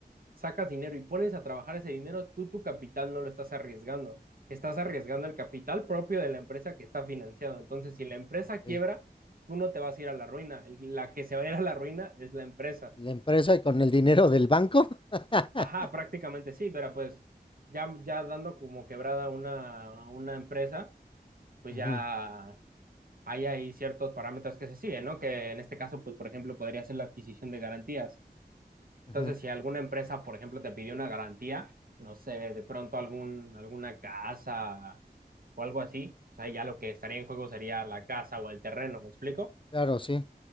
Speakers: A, on the right; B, on the left.
A: sacas dinero y pones a trabajar ese dinero, tú tu capital no lo estás arriesgando. Estás arriesgando el capital propio de la empresa que está financiado. Entonces, si la empresa
B: Ok.
A: quiebra, tú no te vas a ir a la ruina. La que se va a ir a la ruina es la empresa.
B: La empresa y con el dinero del banco. <laughs>
A: Ajá, prácticamente sí, pero pues ya, ya dando como quebrada una, una empresa, pues
B: Ujú,
A: ya hay ahí ciertos parámetros que se siguen, ¿no? Que en este caso, pues, por ejemplo, podría ser la adquisición de garantías. Entonces,
B: ujú.
A: si alguna empresa, por ejemplo, te pidió una garantía, no sé, de pronto algún, alguna casa o algo así, o sea, ya lo que estaría en juego sería la casa o el terreno, ¿me explico?
B: Claro, sí,